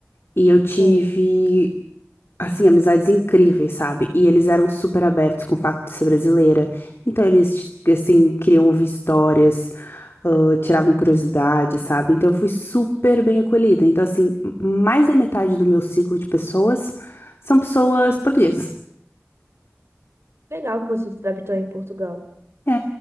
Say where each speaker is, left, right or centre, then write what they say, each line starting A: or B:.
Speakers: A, on the left; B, on the right.
A: E eu tive,
B: Sim.
A: assim, amizades incríveis, sabe? E eles eram super abertos com o fato de ser brasileira. Então eles, assim, queriam ouvir histórias, ah, tiravam curiosidade, sabe? Então eu fui super bem acolhida. Então, assim, m- mais da metade do meu ciclo de pessoas são pessoas portuguesas.
B: Legal que você se adaptou em Portugal.
A: É.